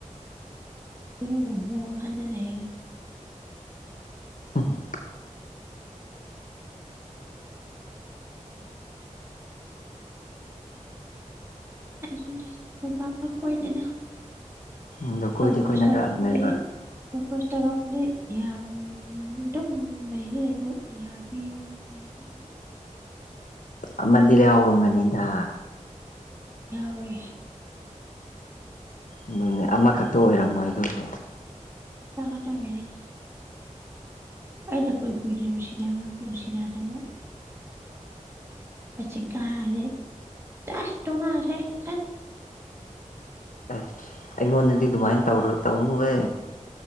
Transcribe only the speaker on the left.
<unintelligible>
ꯑꯗꯣ ꯀꯣꯏꯗꯤ
ꯀꯣꯏꯅꯔꯛꯑꯕꯅꯦꯕ
ꯑꯃꯗꯤ ꯌꯥꯎꯔꯝꯒꯅꯤꯗ
ꯑꯗꯨꯅꯦ ꯑꯃꯈꯛꯇ ꯑꯣꯏꯔꯝꯃꯣꯏ ꯑꯗꯨꯁꯨ
<unintelligible> ꯑꯩꯉꯣꯟꯗꯗꯤ ꯑꯗꯨꯃꯥꯏꯟ ꯇꯧꯔꯨ ꯇꯧꯅꯨꯍꯦ